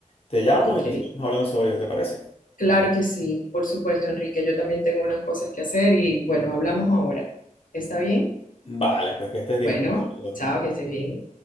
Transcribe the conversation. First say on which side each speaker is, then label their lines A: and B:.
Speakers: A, on the left; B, on the left.
A: Te llamo
B: Ok,
A: y seguimos hablando sobre ello, ¿te parece?
B: claro que sí, por supuesto, Enrique. Yo también tengo unas cosas que hacer y bueno, hablamos ahora. ¿Está bien?
A: Vale, pues que estés bien.
B: Bueno,
A: Pablo.
B: chao, que estés bien.